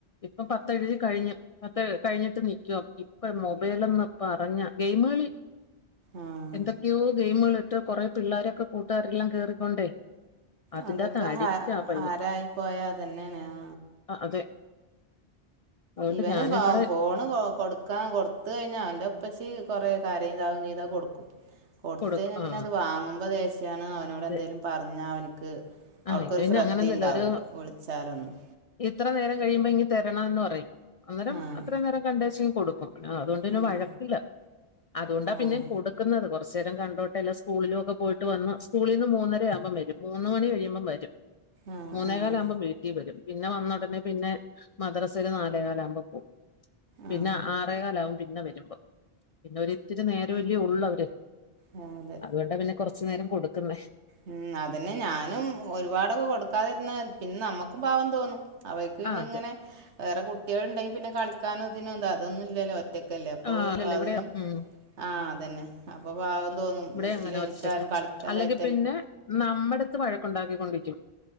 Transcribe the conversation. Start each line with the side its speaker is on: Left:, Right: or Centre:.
Left: ഇപ്പം പത്തെഴുതി കഴിഞ്ഞു പത്ത് കഴിഞ്ഞിട്ട് നിക്കുവാ ഇ ഇപ്പം മൊബൈലന്ന് പറഞ്ഞ ഗെയിമുകളി
Right: ആഹ്
Left: എന്തൊക്കെയോ ഗെയിമുകൾ ഏറ്റോ കൊറെ പിള്ളാരൊക്കെ കൂട്ടുകാരെല്ലാം കേറിക്കൊണ്ടേ അതിൻ്റെ
Right: അതൊക്കെ
Left: അകത്ത് അഡിക്റ്റ്
Right: ഹ
Left: ആ പയ്യൻ
Right: ഹരായി പോയ അതന്നെ യാണ് ആ
Left: ആ അതെ അതുകൊണ്ട്
Right: ഇവൻ
Left: ഞാനിവിടെ
Right: പാവം ഫോൺ കൊ കൊടുക്കാൻ കൊടുത്ത് കഴിഞ്ഞാ അവന്റെ ഉപ്പച്ചി കൊറെ കാര്യം ഇതാവും ചെയ്ത് അതങ്ങ് കൊടുക്കും കൊടുത്ത്
Left: കൊടുക്കും
Right: കയിഞ്ഞ പിന്നെ
Left: ആ
Right: അത് വാങ്ങുമ്പോ ദേഷ്യണ് അവ അവന്നോട്
Left: അതെ
Right: എന്തേലും പറഞ്ഞാൽ അവനിക്ക്
Left: ആ
Right: അവിടുക്കൊരു
Left: ഇത് പിന്നെ
Right: ശ്രദ്ധിംണ്ടാവൂല്ല
Left: അങ്ങനൊന്നുമില്ല ഒരു
Right: വിളിച്ചാലൊന്നും
Left: ഇത്ര നേരം കഴിയുമ്പോ ഇങ് തരണം എന്ന് പറയും അന്നേരം
Right: ആഹ്
Left: അത്ര നേരം കണ്ടേച്ച് കൊടുക്കും അതുകൊണ്ട്ന്നെ
Right: ഉം
Left: വഴക്കില്ല അതുകൊണ്ട
Right: ആഹ്
Left: പിന്നെം കൊടു കൊടുക്കുന്നത് കുറച്ചു നേരം കണ്ടോട്ടെ എല്ലാം സ്കൂളിലും ഒക്കെ പോയിട്ട് വന്ന സ്കൂളിൽ നിന്ന് മൂന്നര ആകുമ്പോം വരും മൂന്ന് മണി കഴിയുമ്പം വരും
Right: ആഹ്
Left: മൂന്നേക്കാലാകുമ്പോം
Right: ആഹ്
Left: വീട്ടിൽ വരും പിന്നെ വന്നുടനെ പിന്നെ മദ്രാസല് നാലേകാലാകുമ്പോ പോവും പിന്നെ
Right: ആഹ്
Left: ആറേകാലാകും പിന്നെ വരുമ്പോ പിന്നെ ഒരിത്തിരി നേരം മല്ലേ ഉള്ളവര്
Right: ആ അതെ
Left: അതുകൊണ്ട പിന്നെ കൊറച്ച് നേരം കൊടുക്കുന്നെ
Right: ഉം അതന്നെ ഞാനും ഒരുപാടൊക്കെ കൊടുക്കാതിരുന്ന പിന്നെ നമ്മക്കും പാവം തോന്നും അവർക്ക് പിന്നെ
Left: ആ അതെ
Right: ഇങ്ങനെ വേറെ കുട്ട്യൾ ഇണ്ടെങ്കിൽ പിന്നെ കളിക്കാനോ ഇതിനോന്ത അതൊന്നും ഇല്ലല്ലോ ഒറ്റക്കല്ലേ അപ്പോ
Left: ആ അല്ലല്ല
Right: അതിനും
Left: ഇവിടെ ഉം
Right: ആ അതന്നെ അപ്പൊ പാവം തോന്നും
Left: ഇവിടെ
Right: വീട്ടിൽ
Left: അങ്ങനെ
Right: എനിക്കാരും
Left: ഒറ്റയ്ക്കാ
Right: കളിക്കാനില്ലായിട്ട്
Left: അല്ലെങ്കി പിന്നെ നമ്മടുത്ത് വഴക്കുണ്ടാക്കിക്കൊണ്ടിരിക്കും